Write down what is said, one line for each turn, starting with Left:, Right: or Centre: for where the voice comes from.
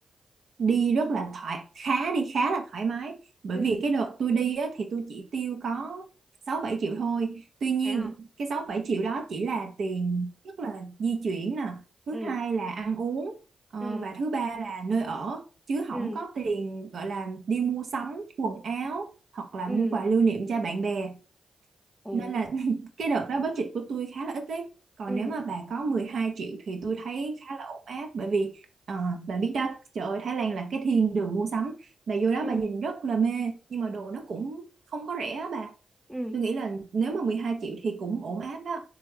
Right: đi rất là thoải khá đi khá là thoải mái bởi
Centre: ừ,
Right: vì cái đợt tôi đi á, thì tôi chỉ tiêu có 6 7 triệu thôi tuy nhiên
Centre: thế à?
Right: cái 6 7 triệu đó chỉ là tiền nhất là di chuyển nè thứ
Centre: ừ
Right: hai là ăn uống ờ,
Centre: ừ
Right: và thứ ba là nơi ở chứ không
Centre: ừ
Right: có tiền gọi là đi mua sắm quần áo hoặc là
Centre: ừ
Right: mua quà lưu niệm cho bạn bè
Centre: ừ
Right: nên là <laughs> cái đợt đó budget của tôi khá là ít đấy còn
Centre: ừ
Right: nếu mà bà có 12 triệu thì tôi thấy khá là ổn áp bởi vì ờ, bà biết đó trời ơi Thái Lan là cái thiên đường mua sắm bà vô đó
Centre: ừ
Right: bà nhìn rất là mê nhưng mà đồ nó cũng không có rẻ á bà
Centre: ừ
Right: tôi nghĩ là nếu mà 12 triệu thì cũng ổn áp đó